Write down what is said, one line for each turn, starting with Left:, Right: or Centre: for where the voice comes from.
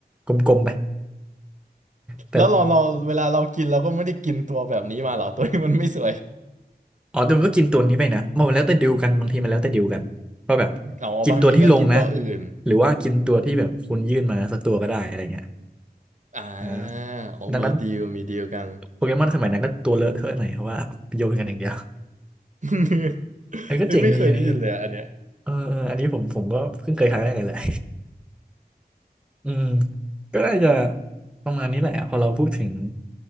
Centre: กลมๆไปแต่
Right: แล้วเราเราเวลาเรากินเราก็ไม่ได้กินตัวแบบนี้มาเหรอตัวที่มันไม่สวย
Centre: อ๋อแต่มันก็กินตัวนี้ไปนะมันแล้วแต่ดีลกันบางทีมันแล้วแต่ดีลกันว่าแบบ
Right: เอาบางทีก็กินตัวอื่น
Centre: กินตัวที่ลงนะหรือว่ากินตัวที่แบบคุณยื่นมาสักตัวก็ได้อะไรเงี้ย
Right: อ่า
Centre: อ่า
Right: เอมีดีลมีดีลกัน
Centre: ดังนั้นโปเกมอนสมัยนั้นก็ตัวเลอะเทอะหน่อยเพราะว่าโยนกันอย่างเดียว
Right: <laughs>
Centre: เออก็เจ๋งดีอันนี้
Right: เฮ้ยไม่เคยได้ยินเลยอะอันเนี้ย
Centre: เออเอออันนี้ผมผมก็เพิ่งเคยครั้งแรกเลยแหละ อืมก็น่าจะประมาณนี้แหละพอเราพูดถึง